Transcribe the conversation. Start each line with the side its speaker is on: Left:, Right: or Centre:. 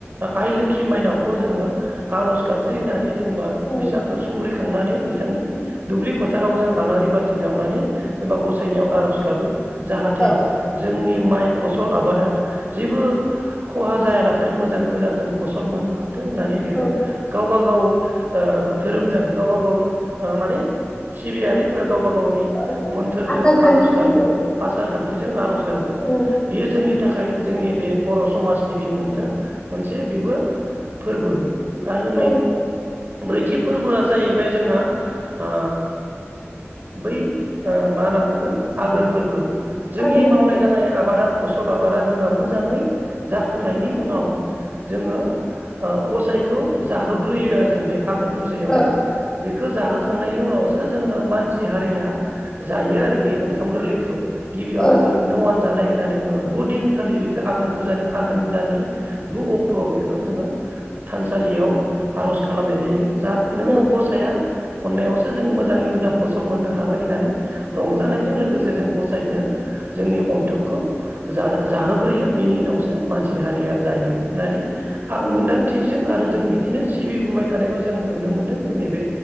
Right: आइ लोखि माइनावखौ जोङो आर'ज गाबज्रिनानै जोंबा
Left: औ
Right: बेसांखौ सुंग्रि खांनानै बिथांनि दुब्लि फोथारावबो जों आलारि बाथि जावनानै जेनेबा गसायनायाव आर'ज गाबो। जाहाथे
Left: औ
Right: जोंनि माइ फसल आबादा जेबो खहा जायालाखेनो मोजाङै मोजां जों फसल मोननो हा थो होननानै बेखौ
Left: औ
Right: गावबा गाव ओ धोरोमजों गावबा गाव ओ माने सिबियारिफोर गावबा गावनि
Left: औ
Right: मोन्थोरजों
Left: आसार खान्थिफोरजों
Right: आर'ज गाबो। आसार खान्थिजों आर'ज गाबो।
Left: औ
Right: बियो जोंनि नि थाखाय जोंनि बे बर' समाजनि बि मोनथो मोनसे बेबो फोरबो। आरो
Left: औ
Right: नै ब्रैथि फोरबोआ जाहैबाय जोंहा ओ बै ओ मा होनना बुंगोन आघोन फोरबो जोंनि
Left: आघोन फोरबो
Right: मावनाय दांनाय आबादा फसल आबादा जेनेबा मोजाङै जाफुंनायनि उनाव जोङो ओ गसाइखौ जाहोग्रोयो आरो जों बे आघोन फुजायावलै
Left: औ
Right: बे बेखौ जाहोखांनायनि उनावसो जोङो मानसि हारिया जायो आरो बे ओंखाम गोरलै खौ। गिबियाव
Left: औ
Right: जोङो नवान जानाय होननानै बुङो। गु दिनखालि बेखौ आघोन फुजानि आघोन दाननि गु अक्टयाव बेखौ जोङो थानसालियाव आर'ज खालामनाय जायो। जा नों
Left: औ
Right: गसाया अननायावसो जों मोजाङै मोजां फसल मोननो हाबाय होननानै रंजानायजों लोगोसे जों गसायनो जोंनि अन्थोबखौ जाहो-जाहोग्रोयो। बिनि उनावसो मानसि हारिया जायो होननानै आं मोनदांथिजों आरो जों बिदिनो सिबिबोबाय थानायखौ जों नुनो मोन्दों। जोंनि बे